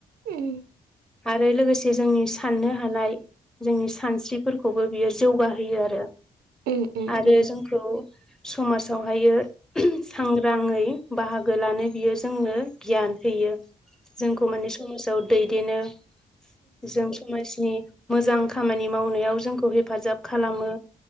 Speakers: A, on the right (about 80°); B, in the centre.
A: उम
B: आरो लोगोसे जोंनि साननो हानाय जोंनि सानस्रिफोरखौबो बियो जौगाहोयो आरो
A: उम उम
B: आरो
A: उम
B: जोंखौ समाजावहायो सांग्राङै बाहागो गोलानो बियो जोंनो गियान होयो जोंखौ माने समाजाव दैदेनो । जों समाजनि मोजां खामानि मावनायाव जोंखौ हेफाजाब खालामो।